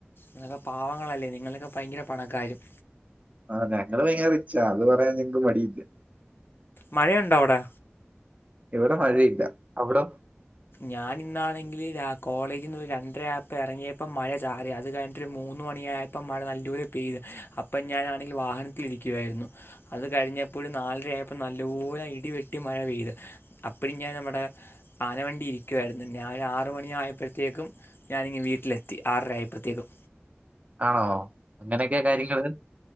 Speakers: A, on the left; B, on the right.
A: ങ്ങകെ പാവങ്ങളല്ലേ നിങ്ങളൊക്കെ ഭയങ്കര പണക്കാരും
B: ആ ഞങ്ങള് ഭയങ്കര റിച്ചാ അത് പറയാൻ ഞങ്ങക്ക് മടിയില്ല
A: മഴയുണ്ടോ അവടെ
B: ഇവിടെ മഴയില്ല അവിടൊ
A: ഞാനിന്നാണെങ്കില് രാ കോളേജിന്ന് ഒരു രണ്ടര ആയപ്പോ എറങ്ങിയപ്പോ മഴ ചാറി അത് കഴിഞ്ഞട്ട് ഒരു മൂന്ന മൂന്ന് മണിയായപ്പോം മഴ നല്ലൂരെ പെയ്ത് അപ്പം ഞാനാണെങ്കിൽ വാഹനത്തിൽ ഇരിക്കുവായിരുന്നു അത് കഴിഞ്ഞ പ്പോഴ് നാലരയപ്പോൾ നല്ലോര ഇടിവെട്ടി മഴ പെയ്ത് അപ്പഴും ഞാൻ നമ്മടെ ആനവണ്ടി ണ്ടി ഇരിക്കുവാരുന്നു ഞാൻ ആറു മണി ആയപ്പോഴത്തേക്കും ഞാനിങ്ങ് വീട്ടിലെത്തി ആറര ആയപ്പഴത്തേക്കും
B: ആണോ അങ്ങനെയൊക്കെ കാര്യങ്ങള്